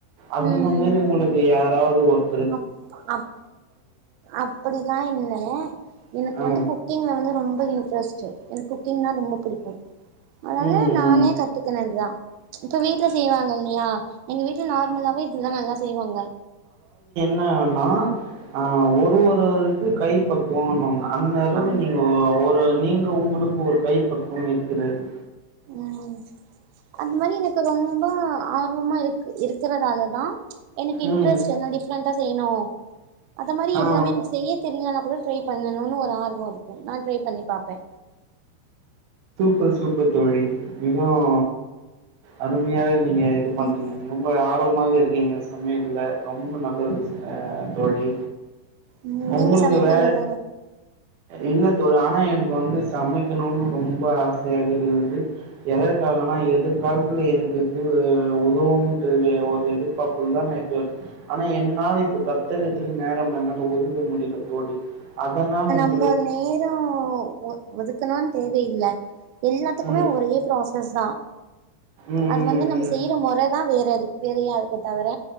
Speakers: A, on the right; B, on the right.
A: அந்த
B: ம்
A: மாரி உங்களுக்கு யாராவது ஒரு
B: அப் அப் அப்படிலா இல்ல எனக்கு
A: அ.
B: வந்து குக்கிங்ல வந்து ரொம்ப இ ன்ட்ரெஸ்ட்டு எனக்கு குக்கிங்னா ரொம்ப பிடிக்கு அதனால
A: ம்.
B: நானே கத்துக்குனதுதா இப்ப வீட்ல செய்வாங்க இல்லயா எங்க வீட்ல நார்மலாவே எல்லா நல்லா செய்வாங்க
A: ன ஒன்னுனா ஆ ஒருஒருவருக்கு கைப்பக்குவோம்பாங்க அந்த அளவுக்கு
B: ஆமா
A: நீங்க ஒ ஒ ரு நீங்க உங்களுக்கு ஒரு கைப்பக்குவம் இருக்கிறது
B: ம் அந்த மாரி எனக்கு ரொம்ப ஆர்வமா இரு க்கு இருக்கிறதாலதா எனக்கு இன்ட்ரெஸ்ட்
A: ம்
B: என்ன டிஃப்ரெண்டா செய்யணு அத மாரி
A: ஆ
B: எல்லாமே எனக்கு செய்ய தெரியலனா கூட ட்ரை பண்ணணுன்னு ஒரு ஆர் வோ அது நா ட்ரை பண்ணி பாப்பே.
A: ப்பர் சூப்பர் தோழி மிகவு அருமையாக நீங் க இது பண்றீங்க
B: ம்
A: ரொம்ப ஆர்வமாக இரு இந்தப சமயத்துல ரொம்ப நல்ல ஒரு ஆ தோழி
B: ம் நீங்க
A: உங்களுக்கு
B: சமைப்பீங்கல்ல
A: வேற இல்ல தோழி ஆனா எனக்கு வந்து சமைக்கனுனு ரொம்ப ஆசையாக இருந்தது எதற்காகனா எதிர்காலத்துல எனக்குத்து உதவும்ட்டு ஒரு எதிர்பாப்புல தா நா இப்ப ஆனா என்னால இப்ப கத்துறதுக்கு நேரம் என்னால ஒதுக்க முடில தோழி அதனால உங்
B: ப நேரொ ஒ ஒதுக்கலா தேவையில்ல எல்லாத்துக்குமே
A: ம்
B: ஒரே ப்ராசஸ் தா
A: ம்
B: அது
A: ம்
B: வந்து
A: ம்
B: நம்ம செய்யிற மொற தா வேறது வேறயாருக்கு தவுர